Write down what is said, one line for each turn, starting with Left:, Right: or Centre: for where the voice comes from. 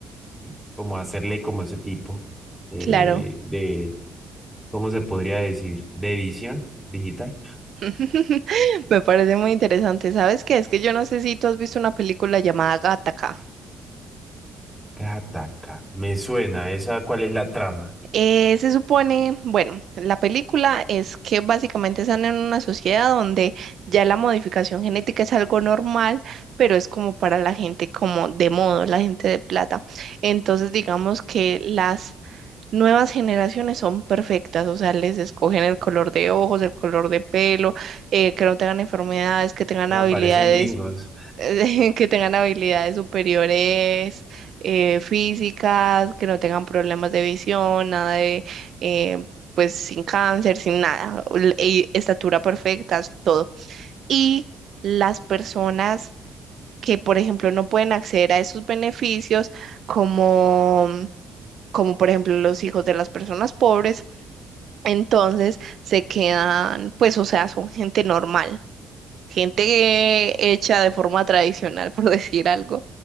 Centre: Y Como hacerle como ese tipo eh,
Right: Claro,
Centre: de, ¿cómo se podría decir? De edición digital.
Right: <laughs> me parece muy interesante. ¿Sabes qué? Es que yo no sé si tú has visto una película llamada Gattaca.
Centre: Kataka, me suena. ¿Esa cuál es la trama?
Right: Eh, se supone, bueno, la película es que básicamente están en una sociedad donde ya la modificación genética es algo normal, pero es como para la gente como de modo, la gente de plata. Entonces, digamos que las nuevas generaciones son perfectas, o sea, les escogen el color de ojos, el color de pelo, eh, que no tengan enfermedades, que tengan habilidades,
Centre: Aparecen gringos.
Right: <laughs> que tengan habilidades superiores, eh, físicas, que no tengan problemas de visión, nada de, eh, pues, sin cáncer, sin nada, l- y estatura perfecta, todo. Y las personas que, por ejemplo, no pueden acceder a esos beneficios, como como por ejemplo los hijos de las personas pobres, entonces se quedan, pues, o sea, son gente normal, gente hecha de forma tradicional, <laughs> por decir algo,